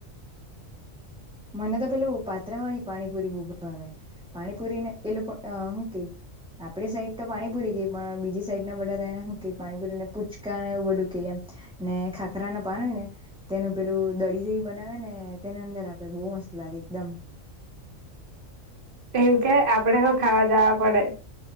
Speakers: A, in the centre; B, on the right.
A: મને તો પેલું પાત્રા વાળી પાણીપુરી બો ભાવે. પાણીપુરીને એ લોકો અ હું કેય? આપડી સાઈડ તો પાણીપુરી કેય પણ બીજી સાઈડ ના બધા તેને હું કેય પાણીપુરીને પૂચકાને એવું બધું કેય એમ. ને ખાખરા ના પાન હોય ને તેનું પેલું દડી જેવી બનાવે ને તેના અંદર આપ તે બો મસ્ત લાગે એકદમ.
B: એવું કે આપડે હો ખાવા જાવા પડે.